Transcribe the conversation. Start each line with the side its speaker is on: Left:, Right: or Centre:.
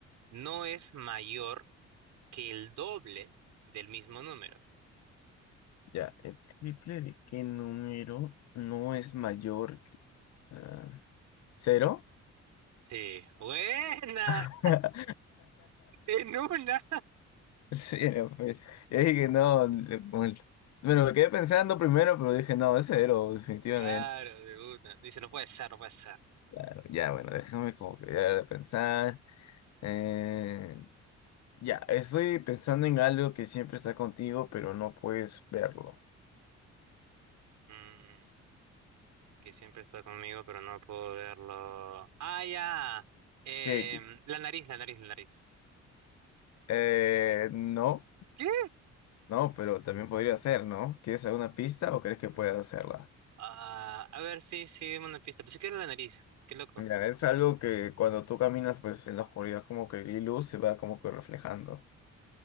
Right: no es mayor que el doble del mismo número?
Left: Ya, ¿el triple de qué número no es mayor? que- ah, ¿cero?
Right: Sí, buena,
Left: <laughs>
Right: <laughs> en una.
Left: Cero, pues. Yo dije, no, le- como el- bueno, me quedé pensando primero, pero dije, no, es cero, definitivamente.
Right: Claro, de una. Dice, no puede ser, no puede ser.
Left: Claro, ya, bueno, déjame como que ya pensar. Eh, ya, estoy pensando en algo que siempre está contigo, pero no puedes verlo.
Right: Mm, que siempre está conmigo, pero no puedo verlo. Ah, ya. Em,
Left: ¿Qué?
Right: la nariz, la nariz, la nariz.
Left: Eh, no.
Right: ¿Qué?
Left: No, pero también podría ser, ¿no? ¿Quieres alguna pista o crees que puedes hacerla?
Right: Ah, a ver, sí, sí, dime una pista. Pensé que era la nariz. Qué loco.
Left: Mira, es algo que cuando tú caminas, pues en la oscuridad como que la luz se va como que reflejando.